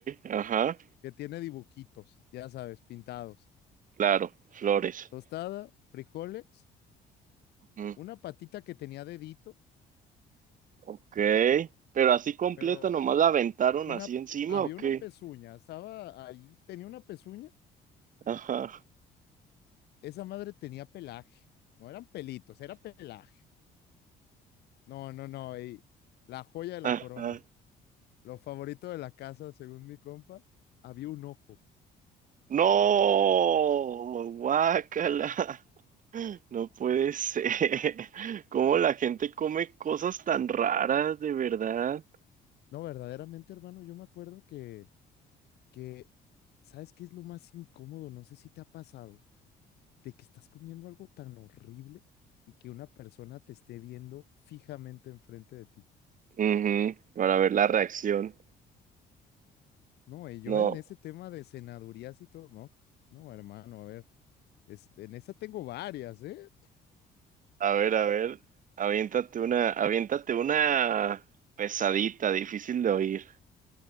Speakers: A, on the right; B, on the left.
A: ajá,
B: que tiene dibujitos, ya sabes, pintados.
A: claro, flores,
B: Tostada, frijoles,
A: ujú,
B: una patita que tenía dedito,
A: ok, pero así completa,
B: pero
A: nomás la aventaron
B: una,
A: así encima,
B: había
A: ¿o qué?
B: una pezuña, estaba ahí, tenía una pezuña
A: Ajá.
B: esa madre tenía pelaje. No eran pelitos, era pelaje. No, no, no. ey, la joya de la
A: Ajá.
B: corona. Lo favorito de la casa, según mi compa, había un ojo.
A: No, guácala. No puede ser. ¿Cómo la gente come cosas tan raras, de verdad?
B: No, verdaderamente, hermano, yo me acuerdo que, que, ¿sabes qué es lo más incómodo? No sé si te ha pasado, de que estás comiendo algo tan horrible y que una persona te esté viendo fijamente enfrente de ti.
A: Ujú, Para ver la reacción.
B: No, y yo
A: No,
B: en ese tema de senadurías y todo, no, no, hermano, a ver, es, en esa tengo varias, ¿eh?
A: a ver, a ver. Aviéntate una, aviéntate una pesadita, difícil de oír.